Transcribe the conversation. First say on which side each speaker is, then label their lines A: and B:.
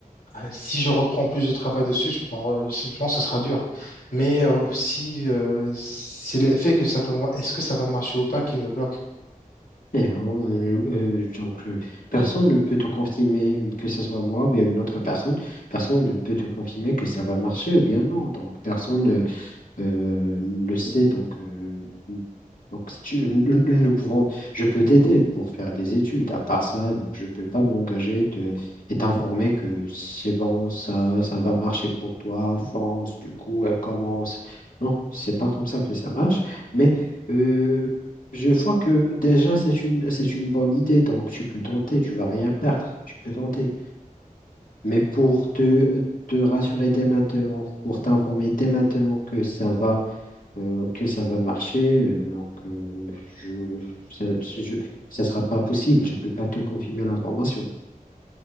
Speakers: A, on the left (about 85°); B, on the left (about 70°).
A: euh, Si je reprends plus de travail dessus, je pense, euh, je pense que ce sera dur. Mais euh, aussi, euh, c'est l'effet que simplement, est-ce que ça va marcher ou pas qui me bloque.
B: Et on- euh, euh, donc, euh, personne ne peut te confirmer euh, que ce soit moi ou bien une autre personne. Personne ne peut te confirmer que ça va marcher ou bien non. Donc, personne. euh, euh, le sait, donc, euh, donc si tu, nous, nous- nous pouvons, je peux t'aider pour faire des études. À part ça, donc je ne peux pas m'engager te- et t'informer que c'est bon, ça, ça va marcher pour toi, fonce, du coup, elle commence. Non, c'est pas comme ça que ça marche. Mais euh, je vois que déjà, c'est une, c'est une bonne idée, donc tu peux tenter, tu vas rien perdre, tu peux tenter. Mais pour te, te rassurer dès maintenant, pour t'informer dès maintenant que ça va euh, que ça va marcher. euh, donc, euh, je, ça, je- ça sera pas possible. Je peux pas te confirmer l'information.